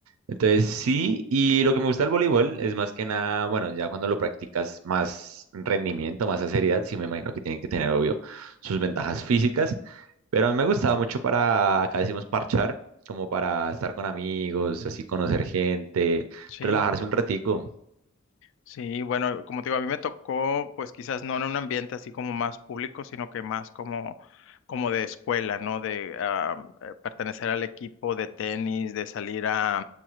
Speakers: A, on the right; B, on the left.
A: Entonces sí, y lo que me gusta del voleibol es más que nada, bueno, ya cuando lo practicas más rendimiento, más a seriedad, sí me imagino que tienen que tener, obvio, sus ventajas físicas, pero a mí me gustaba mucho para, acá decimos parchar, como para estar con amigos, así conocer gente,
B: sí.
A: relajarse un ratico.
B: Sí, bueno, como te digo, a mí me tocó, pues quizás no en un ambiente así como más público, sino que más como, como de escuela, ¿no? De ah, eh, pertenecer al equipo de tenis, de salir a,